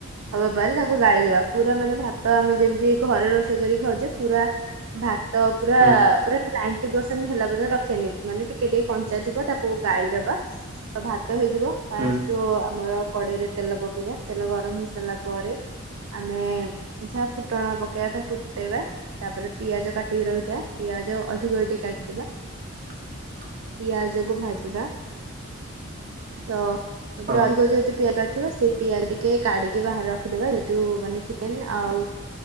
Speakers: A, on the right; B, on the right.
A: ହବା ପାରେ ତାକୁ ଗାଳିଦବା। ପୁରା ମାନେ ଭାତ ଆମେ ଯେମିତି ଘରେ ରୋଷେଇ କରି ଖାଉଛେ, ପୁରା ପୁରା ଭାତ ପୁରା
B: ହୁଁ
A: ପୁରା <unintelligible> ତି ପସେନ୍ ହେଲା ପର୍ଯ୍ୟନ୍ତ ରଖେନି ମାନେ ଟିକେ ଟିକେ କଞ୍ଚା ଥିବ ତାକୁ ଗାଳି ଦବା। ଭାତ ତ ହେଇଯିବ ଫାଷ୍ଟ
B: ହୁଁ
A: ଯଉ ଆମର କଡେଇରେ ତେଲ ପକେଇବା। ତେଲ ଗରମ ହେଇ ସାରିଲା ପରେ ଆମେ ଯାହା ଫୁଟଣ ପକେଇବା ତା ଫୁଟେଇବା ତାପରେ ପିଆଜ କାଟିକି ରଖିଦବା। ପିଆଜ ଆଜ ଅଧିକ ଟେ କାଟିଦେବା।
B: ଆ
A: ପିଆଜ କୁ ଭାଜବା। ତ ତାପରେ
B: ହଁ
A: ଅଧିକ ଯେହେତୁ ପିଆ କାଟିଥିବା ସେଇ ପିଆଲ ଟିକ୍ ଟିକେ କାଢି଼କି ବାହାରେ ରଖିଦବା। ଯେହେତୁ ମାନେ ଚିକେନ୍ ଆଉ